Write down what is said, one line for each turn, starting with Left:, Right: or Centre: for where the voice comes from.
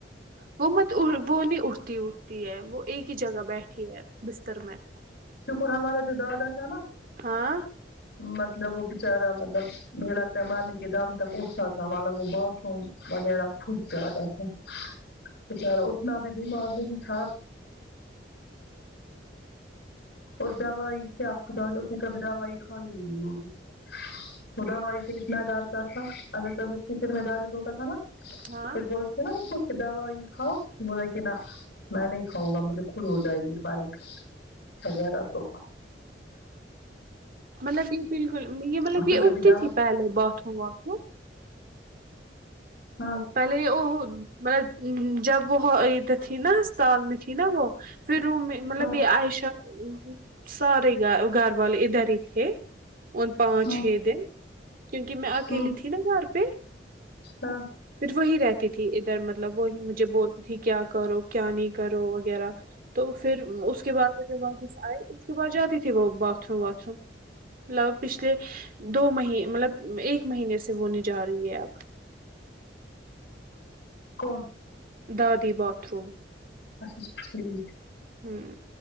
Right: وہ مت وہ نہیں اٹھتی اٹھتی ہے وہ ایک ہی جگہ بیٹھی ہے بستر میں
Left: شکر ہمارا جو دادا تھا نا
Right: ہاں ں
Left: مطلب وہ بچارا مطلب مجھے لگتا ہے مرنے کے دم تک اٹھتا تھا معلوم وہ واشروم وغیرہ خود جاتا تھا بچارا اتنا بھی بیمار نہیں تھا اور دوائی کیا خدا جو کبھی دوائی کھائی نہیں ہوگی وہ دوائی سے اتنا ڈرتا تھا اگر کبھی اس کے سر میں درد ہوتا تھا نا
Right: ہاں
Left: پھر بولتے ناں ک اس کو دوائی کھاؤ بول رہے کہ نہ میں نہیں ہوں گا مطلب خود ہو جائے گی فرق ہزار آ تو
Right: مطلب یہ بالکل یہ مطلب
Left: اس نے
Right: یہ اگتی
Left: کبھی دوا
Right: تھی پہلے باتھ روم واتھ روم
Left: ہاں
Right: پہلے وہ ہو باٹ جب وہ ادھر تھی ناں سال میں تھی نا وہ پھر میں مطلب
Left: ہاں
Right: عائشہ سارے گ گھر والے ادھر ہی تھے ان پانچ
Left: ہاں
Right: چھ دن کیونکہ میں اکیلی
Left: ہاں
Right: تھی نا گھر پہ
Left: ہاں
Right: پھر وہی رہتی تھی ادھر مطلب وہی مجھے بولتی تھی کیا کرو کیا نہیں کرو وغیرہ تو پھر اس کے بعد واپس آئے اس کے بعد جاتی تھی وہ باتھ روم واتھ روم مطلب پچھلے دو مہی مطلب ایک مہینے سے ہونے جا رہی ہے اب
Left: کون
Right: دادی باتھ روم
Left: اچھا اچھا ٹھیک
Right: ہاں